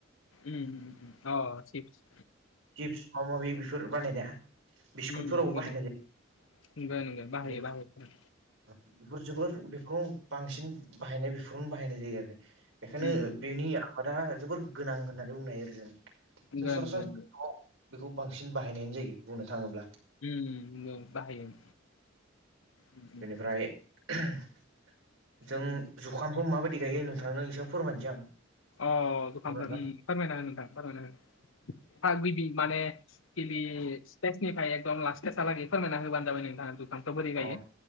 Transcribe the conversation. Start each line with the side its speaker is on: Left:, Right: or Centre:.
Left: उम ओ सिप्स
Right: सिप्स माबा माबि बेफोर बानायनाया बिस्कुटफोरावबो
Left: उम नोंगौ नोंगौ
Right: बाहायनाय
Left: नोंगोन नोंगोन
Right: जायो
Left: बाहायो बाहायो
Right: बेफोर जोबोर बेफोर बांसिन बाहायनाय बेफोरावनो बाहायनाय जायो आरो बेखायनो
Left: उम
Right: बेनि आबादा जोबोर गोनां होननानै बुंनाय आरि जायो
Left: नंगौ
Right: जों सरासनस्रा
Left: नंगौ नंगौ
Right: न'आव बेखौ बांसिन बाहायनायानो जायो बुंनो थाङोब्ला
Left: ओम नंगौ बाहायो उम,
Right: बेनिफ्राय <unintelligible> जों
Left: उम, उम।
Right: जुखामखौ माबायदि गायो नोंथांनो एसे फोरमायनोसै आं
Left: अ जुखामखो
Right: नंगौ नोंथां
Left: ओम फोरमायना हो नोंथां फोरमायना हो फाग गिबि माने गिबि फेस्टनिफ्राय एकदम लास्ट सिटेसालागै फोरमायना होबानो जाबाय नोंथाङा जु खामखौ बोरै गायो
Right: औ